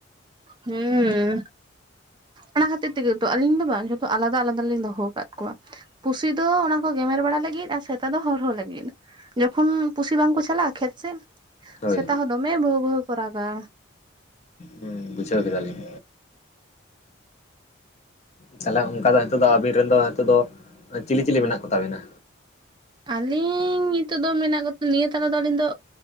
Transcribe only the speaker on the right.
ᱦᱩᱸ ᱚᱱᱟ ᱠᱷᱟᱹᱛᱤᱨ ᱛᱮᱜᱮ ᱛᱚ ᱟᱹᱞᱤᱧ ᱫᱚ ᱵᱟᱝ ᱡᱚᱛᱚ ᱟᱞᱟᱫᱟ ᱟᱞᱟᱫᱟ ᱞᱤᱧ ᱫᱚᱦᱚᱣ ᱠᱟᱜ ᱠᱚᱣᱟ ᱯᱩᱥᱤ ᱫᱚ ᱚᱱᱟ ᱠᱚ ᱜᱮᱢᱮᱨ ᱵᱟᱲᱟ ᱞᱟᱹᱜᱤᱫ ᱟᱨ ᱥᱮᱛᱟ ᱫᱚ ᱦᱚᱨᱦᱚ ᱞᱟᱹᱜᱤᱫ ᱡᱚᱠᱷᱚᱱ ᱯᱩᱥᱤ ᱵᱟᱝᱠᱚ ᱪᱟᱞᱟᱜ-ᱟ ᱠᱷᱮᱛ ᱥᱮᱡ
ᱥᱮᱛᱟ ᱦᱚᱸ ᱫᱚᱢᱮ ᱵᱷᱟᱹᱣ ᱵᱷᱟᱹᱣ ᱠᱚ ᱨᱟᱜᱟ
ᱟᱹᱞᱤᱧ ᱱᱤᱛᱚᱜ ᱫᱚ ᱢᱮᱱᱟᱜ ᱠᱚ ᱱᱤᱭᱟᱹ ᱛᱟᱨᱟ ᱫᱚ ᱟᱹᱞᱤᱧ ᱫᱚ